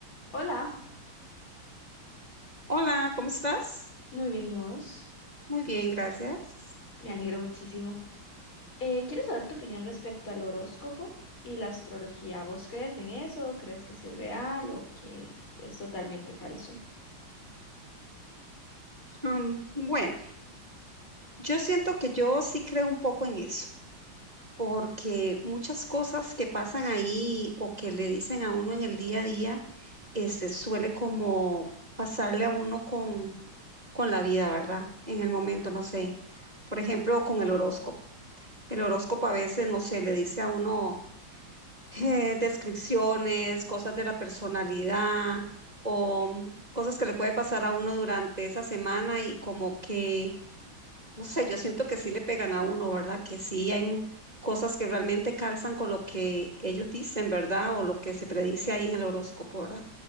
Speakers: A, on the left (about 80°); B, on the right (about 20°).
A: Hola,
B: Hola, ¿cómo estás?
A: muy bien, ¿y vos?
B: Muy bien, gracias.
A: Me alegro muchísimo. Eh, ¿quieres saber tu opinión respecto al horóscopo y la astrología? ¿Vos crees en eso? o ¿Crees que sí es real o que es totalmente falso?
B: Am, bueno, yo siento que yo sí creo un poco en eso, porque muchas cosas que pasan ahí o que le dicen a uno en el día a día, este, suele como pasarle a uno con, con la vida, ¿verdad? En el momento, no sé. Por ejemplo, con el horóscopo. El horóscopo a veces, no sé, le dice a uno. eh, descripciones, cosas de la personalidad o mm, cosas que le puede pasar a uno durante esa semana y como que, no sé, yo siento que sí le pegan a uno, ¿verdad? Que sí hay mu- cosas que realmente calzan con lo que ellos dicen, ¿verdad? O lo que se predice ahí en el horóscopo, ¿verdad?